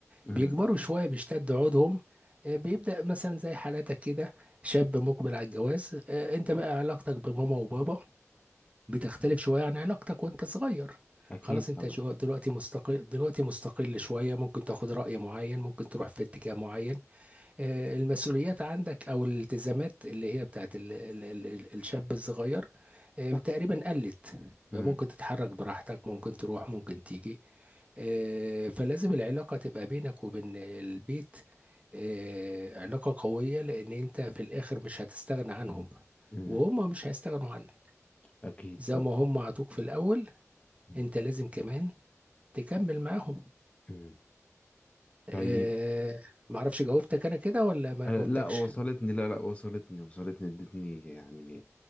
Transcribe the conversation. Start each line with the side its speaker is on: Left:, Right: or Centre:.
Left: مم.
Right: بيكبروا شوية بيشتد عودهم آه، بيبدأ مثلا زي حالاتك كده شاب مقبل على الجواز آه، انت بقى علاقتك بماما وبابا بتختلف
Left: مم.
Right: شوية عن علاقتك وانت صغير
Left: اكيد
Right: خلاص انت
Left: طبعا
Right: جو- دلوقتي مستقل دلوقتي مستقل شوية ممكن تاخد رأي معين ممكن تروح في اتجاه معين آه، المسؤوليات عندك او الالتزامات اللي هي بتاعت ال ال ال ال الشاب الصغير آه، تقريبا قلت
Left: مم.
Right: فممكن تتحرك براحتك ممكن تروح ممكن تيجي آه، فلازم العلاقة تبقى بينك وبين البيت آه، علاقة قوية لأن أنت في الآخر مش هتستغنى عنهم
Left: مم.
Right: وهم مش هيستغنوا عنك
Left: اكيد
Right: زي
Left: طبعا
Right: ما هم عطوك في الاول
Left: مم.
Right: انت لازم كمان تكمل معاهم
Left: مم.
Right: آه
Left: طيب
Right: ما اعرفش جاوبتك انا كده ولا ما
Left: أنا
Right: جاوبتكش
Left: لا وصلتني لا لا وصلتني وصلتني ادتني يعني